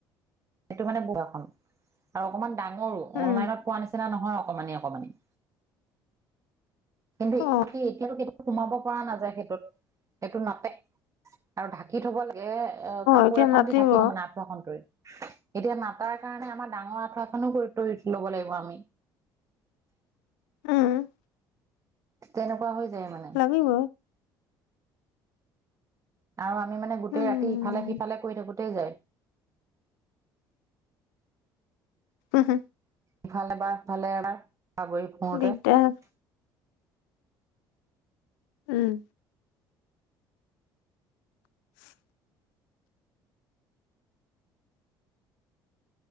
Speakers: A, on the right (about 30°); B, on the left (about 80°).
A: সেইটো মানে মু <unintelligible> আৰু অকমান ডাঙৰো
B: উম
A: অনলাইনত পোৱা নিচিনা নহ অ অকমানি অকমানি কিন্তু
B: অ
A: এতি এতিয়াটো সেইটো সোমাব পোৱা নাযায় সেইটোত সেইটো নাপে আৰু ঢাকি থব লাগ তে অ কাপোৰ
B: এতিয়া
A: এখন
B: নাতিব
A: দি ঢাকি থওঁ মানে আঁঠুৱাখন তৰি এতিয়া নাটাৰ কাৰণে আমাৰ ডাঙৰ আঠুৱাখনো কৰি <unintelligible> ল'ব লাগিব আমি।
B: উম
A: তেনেকুৱা হৈ যায় মানে
B: লাগিব।
A: অ আমি মানে গোটেই
B: উম
A: ৰাতি ইফালে সিফালে কৰি থাকোঁ তেই যায়।
B: উ হ
A: ইফালে এবাৰ সিফালে এবাৰ
B: দিগদাৰ
A: <unintelligible>
B: উম। <inaudible>